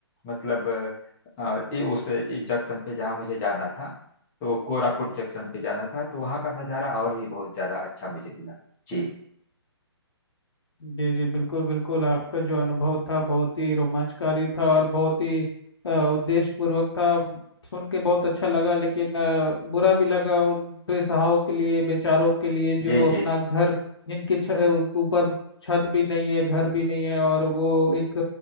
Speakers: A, on the left; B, on the left.
A: मतलब अ, ये उस इस जंक्शन पे जहाँ मुझे जाना था तो कोरापुट जंक्शन पे जाना था तो वहाँ का नज़ारा और भी बहुत ज़्यादा अच्छा मुझे मिला जी
B: जी जी बिल्कुल बिल्कुल आपका जो अनुभव था बहुत ही रोमांचकारी था और बहुत ही अ, उद्देश्यपूर्वक था सुन के बहुत अच्छा लगा लेकिन अ, बुरा भी लगा उन बेसहाराओं के लिए बेचारों के लिए जो
A: जी
B: अपना
A: जी
B: घर जिनके छ- ऊपर छत भी नहीं है घर भी नहीं है और वो एक